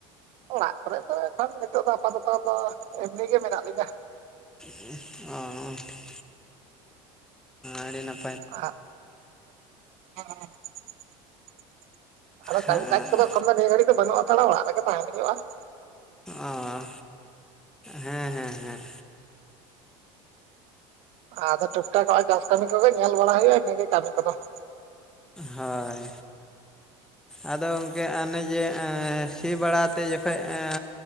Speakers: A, on the right; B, in the centre.
A: ᱚᱲᱟᱜ ᱠᱚᱨᱮ ᱫᱚ ᱮᱠᱷᱚᱱ ᱱᱤᱛᱚᱜ ᱫᱚ ᱟᱯᱟᱛᱚᱛᱚ ᱫᱚ ᱮᱢᱱᱤ ᱜᱮ ᱢᱮᱱᱟᱜ ᱞᱤᱧᱟ ᱾
B: ᱩᱸᱜ ᱚᱻ᱾ ᱟᱹᱰᱤ ᱱᱟᱯ
A: <unintelligible> <inaudible> ᱟᱫᱚ
B: ᱦᱮᱸ
A: ᱠᱟᱹᱢᱤ ᱠᱟᱡᱽ ᱠᱚᱫᱚ ᱮᱠᱷᱚᱱ ᱫᱚ ᱱᱤᱭᱟᱹ ᱜᱷᱟᱹᱲᱤ ᱫᱚ ᱵᱟᱹᱱᱩᱜ ᱦᱟᱛᱟᱲᱟ ᱚᱲᱟᱜ ᱨᱮᱜᱮ ᱛᱟᱦᱮᱸᱱ ᱦᱩᱭᱩᱜᱼᱟ ᱾
B: ᱚᱻ ᱦᱮᱸ ᱦᱮᱸ ᱦᱮᱸ᱾
A: ᱟᱫᱚ ᱴᱩᱠᱴᱟᱠ ᱱᱚᱸᱜᱼᱚᱭ ᱪᱟᱥ ᱠᱟᱹᱢᱤ ᱠᱚᱜᱮ ᱧᱮᱞ ᱵᱟᱲᱟ ᱦᱩᱭᱩᱜᱼᱟ ᱤᱱᱟᱹᱜᱮ ᱠᱟᱹᱢᱤ ᱠᱚᱫᱚ ᱾
B: ᱦᱳᱭ᱾ ᱟᱫᱚ ᱜᱚᱢᱠᱮ ᱚᱱᱮ ᱡᱮ ᱮᱸ ᱥᱤ ᱵᱟᱲᱟᱛᱮ ᱡᱚᱠᱷᱚᱡ ᱮᱸ